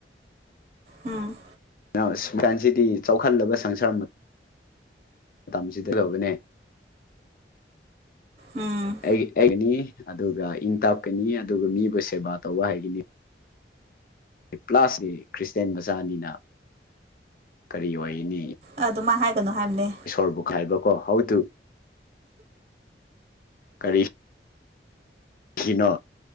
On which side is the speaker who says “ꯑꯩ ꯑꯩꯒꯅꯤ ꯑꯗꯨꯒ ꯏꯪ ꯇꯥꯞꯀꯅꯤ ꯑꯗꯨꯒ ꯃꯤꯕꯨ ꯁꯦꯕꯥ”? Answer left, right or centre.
Left